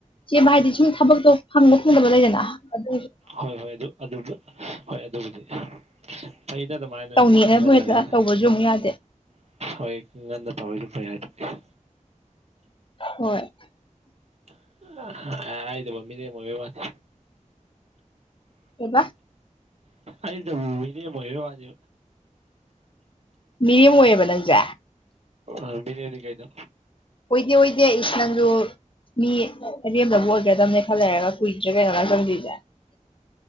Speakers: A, on the left (about 40°); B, on the right (about 55°).
A: ꯀꯦꯕ ꯍꯥꯏꯗꯤ ꯁꯨꯝ ꯊꯕꯛꯇꯣ ꯐꯪꯕ ꯐꯪꯗꯕ ꯂꯩꯗꯅ ꯑꯗꯨ
B: ꯍꯣꯏ ꯍꯣꯏ ꯑꯗꯨ ꯑꯗꯨ ꯍꯣꯏ ꯑꯗꯨꯕꯨꯗꯤ ꯐꯩꯅ ꯑꯗꯨꯃꯥꯏꯅꯣꯏ
A: ꯇꯧꯅꯤꯡꯉꯕꯨ
B: ꯉꯟꯅꯉꯩꯗ
A: ꯍꯦꯛꯇ ꯇꯧꯕꯁꯨ ꯑꯃꯨꯛ ꯌꯥꯗꯦ
B: ꯍꯣꯏ ꯉꯟꯅ ꯇꯧꯔꯤꯗꯣ ꯐꯩ <unintelligible>
A: ꯍꯣꯏ
B: <unintelligible> ꯍꯥꯏꯗ ꯃꯤꯔꯦꯝ ꯑꯣꯢꯕꯩ ꯋꯥꯅꯤ
A: ꯀꯩꯕꯥ
B: ꯑꯩꯗꯨꯝ ꯃꯤꯔꯦꯝ ꯑꯣꯢꯕꯩ ꯋꯥꯅꯤ
A: ꯃꯤꯔꯦꯝ ꯑꯣꯏꯌꯦꯕ ꯅꯪꯁꯦ
B: ꯑ ꯃꯤꯔꯦꯝꯅꯤ ꯀꯩꯅꯣ
A: ꯑꯣꯏꯗꯦ ꯑꯣꯏꯗꯦ ꯏꯁ ꯅꯪꯗꯨ ꯃꯤ ꯑꯔꯦꯝꯗꯕ ꯑꯣꯏꯒꯗꯕꯅꯦ ꯈꯜ ꯂꯩꯔꯒ ꯀꯨꯏꯗ꯭ꯔꯦ ꯀꯩꯅꯣ ꯅꯪ ꯆꯪꯗꯣꯢꯁꯦ